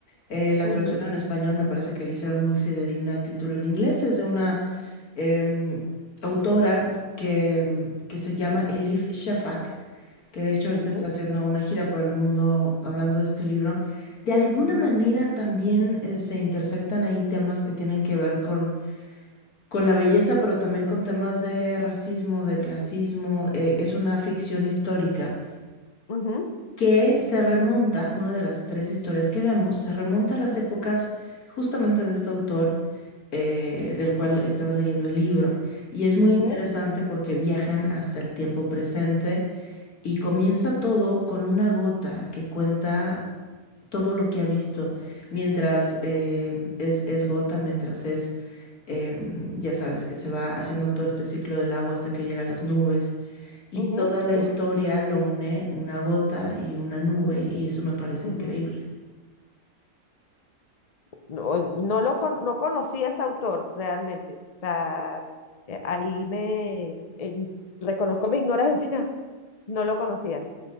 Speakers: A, on the left; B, on the left.
A: Eh, la
B: ujú,
A: traducción en español me parece que le hicieron muy fidedigna al título en inglés. Es de una em, autora que, em, que se llama Elif Shafak, que de hecho
B: ujú,
A: ahorita está haciendo una gira por el mundo hablando de este libro. De alguna
B: ujú,
A: manera también eh, se intersectan ahí temas que tienen que ver con con la belleza, pero también con temas de racismo, de clasismo. eh, es una ficción histórica
B: ujú,
A: que se remonta, una de las tres historias que vemos, se remonta a las épocas justamente de este autor eh, del cual estabas leyendo el libro. Y es muy
B: ujú,
A: interesante porque viajan hasta el tiempo presente y comienza todo con una gota que cuenta todo lo que ha visto, mientras eh, es, es gota, mientras es em, ya sabes que se va haciendo todo este ciclo del agua hasta que llega a las nubes y
B: ujú,
A: toda
B: ujú,
A: la historia lo une una gota y una nube y eso me parece
B: ujú.
A: increíble.
B: No, no lo con- no conocí a ese autor realmente. O sea, eh, ahí me eh, reconozco mi ignorancia, <laughs> no lo conocía.